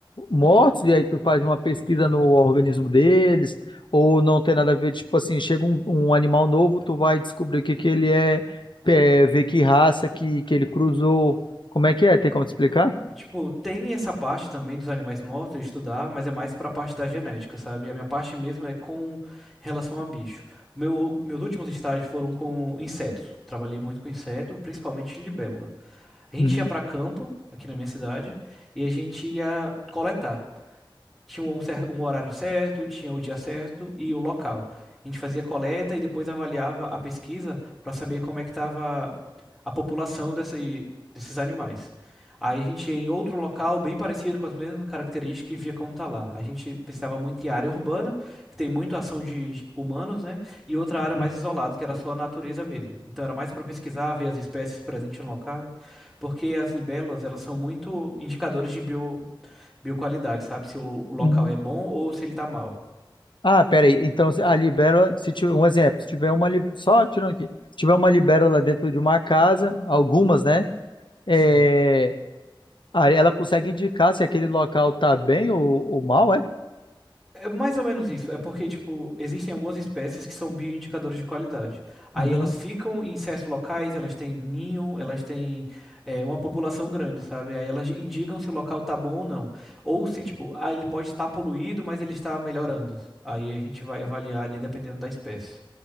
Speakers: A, on the left (about 65°); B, in the centre.
A: mortos, e aí tu faz uma pesquisa no organismo deles, ou não tem nada a ver, tipo assim, chega um, um animal novo, tu vai descobrir o que que ele é, é, ver que raça que, que ele cruzou. Como é que é? Tem como te explicar?
B: Tipo, tem essa parte também dos animais mortos de estudar, mas é mais pra parte da genética, sabe? A minha parte mesmo é com relação a bicho. O meu, meus últimos estágios foram com insetos. Trabalhei muito com inseto, principalmente libélula. A gente
A: Uhum.
B: ia pra campo, aqui na minha cidade, e a gente ia coletar. Tinha um, cer- um horário certo, tinha o dia certo e o local. A gente fazia coleta e depois avaliava a pesquisa para saber como é que estava a população desse, desses animais. Aí a gente ia em outro local bem parecido com as mesmas características e via como tá lá. A gente pensava muito em área urbana, que tem muita ação de g- humanos, né? E outra área
A: Uhum.
B: mais isolada, que era só a natureza mesmo. Então era mais para pesquisar, ver as espécies presentes no local, porque as libélulas, elas são muito indicadores de bio bioqualidade, sabe? Se o o local
A: Uhum.
B: é bom ou se ele tá mal.
A: Ah, peraí. Então, se- a libélula, se tiver um exemplo, se tiver uma, li- só tirando aqui, se tiver uma libélula dentro de uma casa, algumas, né? É,
B: Sim.
A: aí ela consegue indicar se aquele local tá bem ou, ou mal, é?
B: É mais ou menos isso. É porque, tipo, existem algumas espécies que são bioindicadores de qualidade. Aí
A: Uhum.
B: elas ficam em certos locais, elas têm ninho, elas têm é, uma população grande, sabe? Aí elas indicam se o local tá bom ou não. Ou se, tipo, ah, ele pode estar poluído, mas ele está melhorando. Aí a gente vai avaliar ali dependendo da espécie.